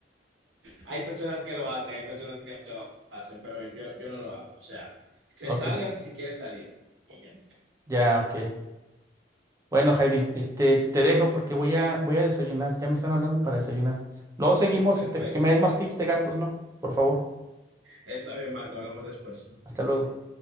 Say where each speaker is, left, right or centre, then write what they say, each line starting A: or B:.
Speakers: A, on the right (about 85°); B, on the right (about 15°).
A: Hay personas que lo hacen, hay personas que lo hacen, pero yo, yo no lo hago. O sea, se
B: Ok,
A: salgan si quieren salir. Y ya.
B: ya, ok. Bueno, Javi, este, te dejo porque voy a, voy a desayunar. Ya me están hablando para desayunar. Luego seguimos,
A: Perfecto.
B: este, que me des más tips de gatos, ¿no? Por favor.
A: Está bien, Marco. Hablamos después.
B: Hasta luego.